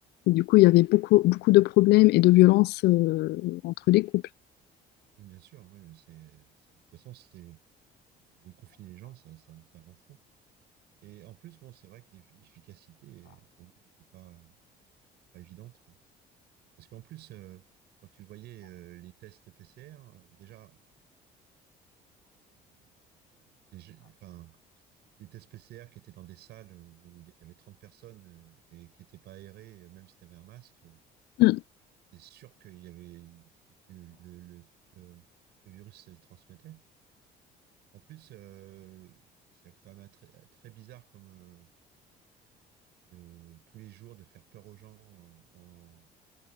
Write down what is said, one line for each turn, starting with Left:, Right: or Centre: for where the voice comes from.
Left: Et du coup, il y avait beaucoup, beaucoup de problèmes et de violences euh, entre les couples.
Right: bien sûr. oui, mais c'est, c'est- de toute façon, c'est c'est- de confiner les gens, ça, ça, ça rend fou. Et en plus, bon, c'est vrai que l'eff- l'efficacité, pour moi, n'était pas, pas évidente, quoi. Parce qu'en plus, euh, quand tu voyais euh, les tests PCR, euh, déjà, euh, déjà, enfin, les tests PCR qui étaient dans des salles où il y avait 30 personnes euh, et qui n'étaient pas aérées même si tu avais un masque. euh,
Left: Mm.
Right: c'est sûr qu'il y avait que le, le, le- le virus se transmettait. En plus, euh, c'est quand même très, très bizarre comme euh, de tous les jours de faire peur aux gens en, en-